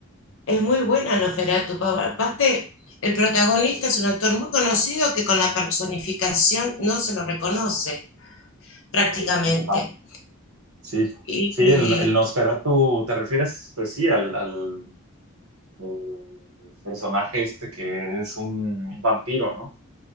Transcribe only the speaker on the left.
es muy buena Nosferatu. pa- Aparte, el protagonista es un actor muy conocido que con la personificación no se lo reconoce prácticamente.
Y,
y,